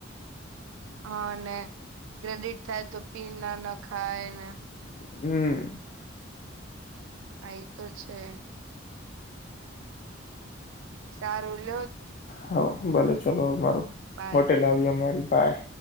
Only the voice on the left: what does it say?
હમ
હા ભલે ચલોવેરું
હોટેલ આવી અમારી બાય.